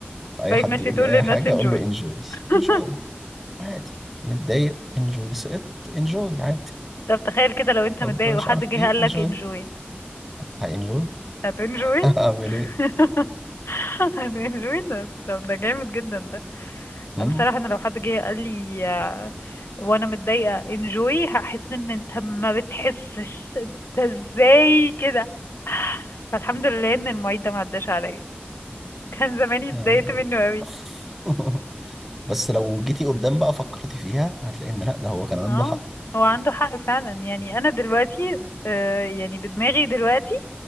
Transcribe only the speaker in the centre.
فاي
حد
يقول
لي
اي حاجه
اقول له انجوي
انجوي عادي متضايق انجوي سقطت انجوي عادي
طب
مش
عارف
ايه
انجوي
هانجوي
<laughs> هعمل
ايه
يعني
<laughs> بس لو جيتي قدام بقى فكرتي فيها هتلاقي ان لا ده هو كان عنده
حق